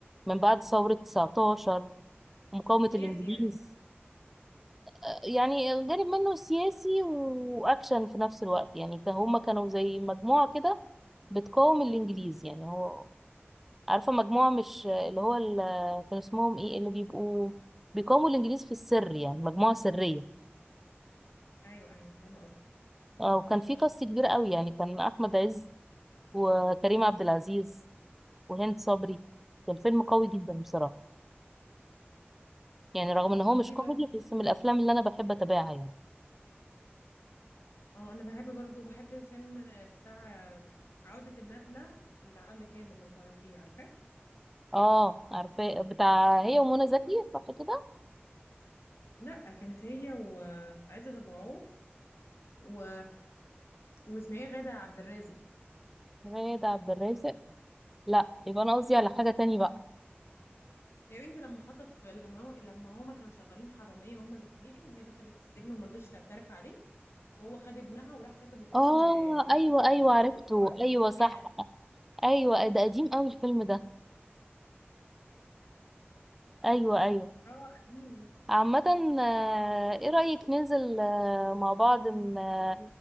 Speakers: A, in the centre; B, on the left.
A: من بعد ثورة 19 مقاومة
B: سياسي
A: الإنجليز
B: يعني
A: آه، يعني جانب منه سياسي وأكشن في نفس الوقت يعني كان- هما كانوا زي مجموعة كده بتقاوم الإنجليز يعني هو عارفة مجموعة مش اللي
B: مم.
A: هو ال- كان اسمهم إيه اللي بيبقوا بيقاوموا الإنجليز في السر يعني مجموعة سرية
B: ايوه ايوه فاهمه قصدي
A: آه، وكان في قصة كبيرة قوي يعني كان أحمد عز وكريم عبد العزيز وهند صبري كان فيلم قوي جدا بصراحة يعني رغم ان هو مش
B: في
A: كوميدي
B: برضه
A: بس من الافلام اللي انا بحب اتابعها يعني
B: اه انا بحب برضه بحب فيلم بتاع عودة الندلة لعبلة كامل لو تعرفيه عارفاه
A: اه عارفاه بتاع هي ومنى زكي صح كده
B: لا كانت هي وعزت ابو عوف و واسمها ايه غادة عبد الرازق
A: غادة عبد الرازق لا يبقى انا قصدي على حاجة تاني بقى
B: يا بنتي لما خطف لما هو لما هما كانوا شغالين حرامية هما الاتنين وهي دخلت السجن وما رضتش تعترف عليه وهو خد ابنها وراح كتبه باسم
A: اه
B: غادة
A: ايوه
B: عبد
A: ايوه
B: الرازق
A: عرفته
B: وقعدت
A: ايوه
B: معاها
A: صح ايوه ده قديم قوي الفيلم ده ايوه ايوه
B: اه قديم
A: عامة آه، ايه رأيك ننزل آه، مع بعض ن- آه،